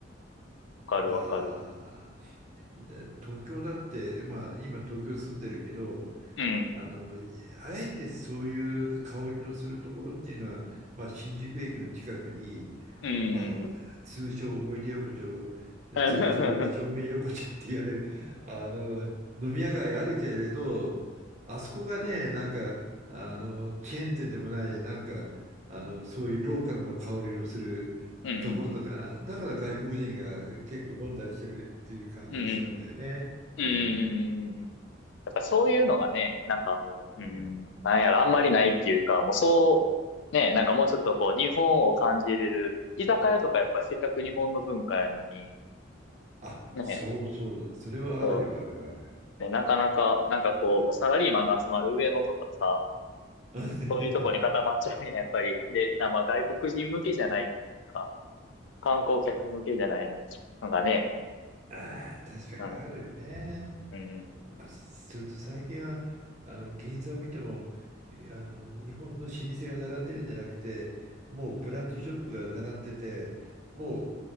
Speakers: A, on the left; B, on the right.
A: わかるわかる、
B: まあ、東京だって、まあ、今東京住んでるけど、
A: うん
B: あの、あえてそういう香りのするところっていうのは、まあ、新宿駅の近くに、
A: うんうん
B: まあ、通称思い出横丁、
A: うんうん
B: 俗称しょんべん横丁って言われる、あの、飲み屋街あるけれど、あそこがね、なんか、あの、チェーン店でもない、なんか、あの、そういうローカルな香りのするところとか、
A: うんうんうん
B: だから外国人が結構飲んだりしてるっていう感じがするんだよね。
A: うんうんうんうんうんうん。
B: うん。
A: やっぱそういうのがね、なんかもう、
B: うん。
A: うん、なんやろ、あんまりないっていうか、もうそう、ね、なんかもうちょっとこう、日本を感じれる、居酒屋とかやっぱりせっかく日本の文化やのに、
B: あ、
A: ね、
B: そうそう、それはあるよ、
A: そ
B: あるある。
A: う、ね、なかなか、なんかこう、もうサラリーマンが集まる上野とかさ、
B: <laughs>
A: そういうとこに固まっちゃうやん、やっぱり。で、なまあ外国人向けじゃないっていうか、観光客向けじゃないののがね、
B: ああ、確かにあるよね。
A: うん、うん、うん。
B: まあ、それと最近はあの銀座を見てもあの日本の老舗が並んでるんじゃなくてもうブランドショップが並んでてもう